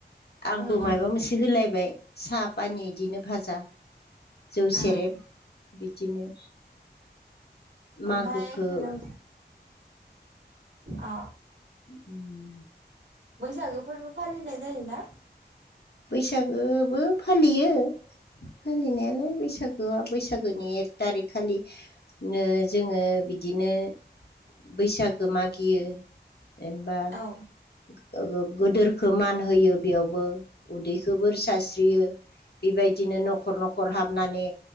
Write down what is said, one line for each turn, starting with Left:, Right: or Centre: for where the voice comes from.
Left: आंबो
Right: उम उम
Left: माइबा मोनसे होलायबाय साब फानि इदिनो भाजा जौ सेरेब
Right: ओं
Left: बिदिनो। मागोखौ
Right: ओमफाय नों अ।
Left: उम।
Right: बैसागो फोरबो फालिनाय जायोना?
Left: बैसागोबो फालियो फालिनायालाय। बैसागोआ बैसागोनि एक थारिक खालि नो जोङो बिदिनो बैसागो मागियो। एबा
Right: औ
Left: गो-गो-गोदोरखो मान होयो बेयावबो। गोबोर सास्रियो बेबायदिनो न'खर न'खर हाबनानै